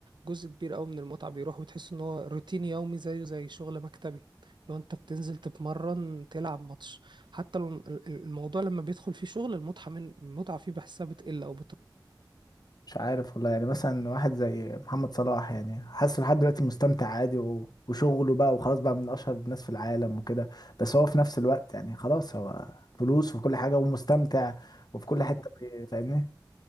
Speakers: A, on the right; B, on the left.
A: جزء كبير قوي من المتعه بيروح وتحس ان هو روتين يومي زيه زي شغل مكتبي لو انت بتنزل تتمرن تلعب ماتش حتى لو ال- ال- الموضوع لما بيدخل فيه شغل المتعه من المتعه فيه بحسها بتقل او
B: مش عارف والله يعني مثلا واحد زي محمد صلاح يعني حاسس لحد دلوقتي مستمتع عادي و- وشغله بقى وخلاص بقى من اشهر الناس في العالم وكده بس هو في نفس الوقت يعني خلاص هو فلوس وفي كل حاجة ومستمتع
A: بتروح
B: وفي كل حتة بي- فاهمني